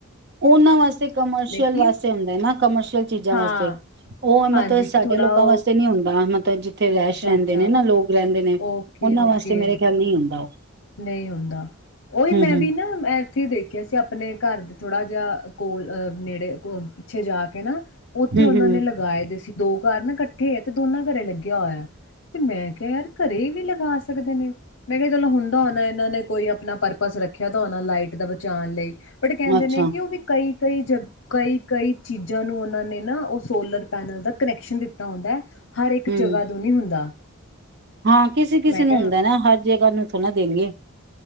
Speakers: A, on the right; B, on the left.
A: ਉਹਨਾਂ ਵਾਸਤੇ ਕਮਰਸ਼ੀਅਲ
B: ਕਿ
A: ਵਾਸਤੇ ਹੁੰਦਾ ਹੈ, ਨਾ ਕਮਰਸ਼ੀਅਲ ਚੀਜ਼ਾਂ
B: ਹਾਂ
A: ਵਾਸਤੇ ਉਹ
B: ਹਾਂਜੀ
A: ਮਤਲਬ ਸਾਡੇ
B: ਕਿ ਥੋੜਾ
A: ਲੋਕਾਂ
B: ਉਹ
A: ਵਾਸਤੇ ਨਹੀਂ ਹੁੰਦਾ, ਮਤਲਬ ਜਿੱਥੇ ਰਹਿਸ਼
B: ਅੱਛਾ
A: ਰਹਿੰਦੇ
B: ਅੱਛਾ
A: ਨੇ ਨਾ ਲੋਕ ਰਹਿੰਦੇ ਨੇ
B: ਓਕੇ
A: ਉਹਨਾਂ
B: ਓਕੇ
A: ਵਾਸਤੇ ਮੇਰੇ ਖਿਆਲ ਨਹੀਂ ਹੁੰਦਾ ਉਹ
B: ਨਹੀਂ ਹੁੰਦਾ ਉਹੀ
A: ਹਮ
B: ਮੈਂ
A: ਹਮ
B: ਵੀ ਨਾ ਇੱਥੇ ਦੇਖਿਆ ਸੀ, ਆਪਣੇ ਘਰ ਦੇ ਥੋੜਾ ਜਿਹਾ ਕੋਲ ਆ ਨੇੜੇ ਪਿੱਛੇ ਜਾ ਕੇ ਨਾ ਉੱਥੇ
A: ਹਮ
B: ਉਹਨਾਂ
A: ਹਮ
B: ਨੇ ਲਗਾਏ ਪਏ ਸੀ। ਦੋ ਘਰ ਨਾ ਇਕੱਠੇ ਹੈ, ਤੇ ਦੋਨਾਂ ਘਰੇ ਲੱਗਿਆ ਹੋਇਆ ਹੈ, ਤੇ ਮੈਂ ਕਿਹਾ ਕੇਰ ਘਰੇ ਵੀ ਲਗਾ <unintelligible> ਸਕਦੇ ਨੇ ਮੈਂ ਕਿਹਾ ਚਲੋ ਹੁਣ ਹੋਣਾ ਇਹਨਾਂ ਨੇ ਕੋਈ ਆਪਣਾ ਪਰਪਸ ਰੱਖਿਆ ਤਾਂ ਹੋਣਾ ਲਾਈਟ ਦਾ ਬਚਾਉਣ ਲਈ। ਬਟ ਕਹਿੰਦੇ
A: ਅੱਛਾ
B: ਨੇ ਕਿ ਉਹ ਵੀ ਕਈ ਕਈ ਜ ਕਈ ਕਈ ਚੀਜ਼ਾਂ ਨੂੰ ਉਹਨਾਂ ਨੇ ਨਾ ਉਹ ਸੋਲਰ ਪੈਨਲ ਦਾ ਕਨੈਕਸ਼ਨ ਦਿੱਤਾ ਹੁੰਦਾ ਹੈ। ਹਰ ਇੱਕ
A: ਹਮ
B: ਜਗ੍ਹਾ ਤੋਂ ਨਹੀਂ ਹੁੰਦਾ।
A: ਹਾਂ ਕਿਸੇ ਕਿਸੇ
B: ਮੈਂ ਕਿਹਾ
A: ਨੂੰ ਹੁੰਦਾ ਹੈ ਨਾ, ਹਰ ਜਗ੍ਹਾ ਨੂੰ ਥੋੜਾ ਨਾ ਦੇਣਗੇ।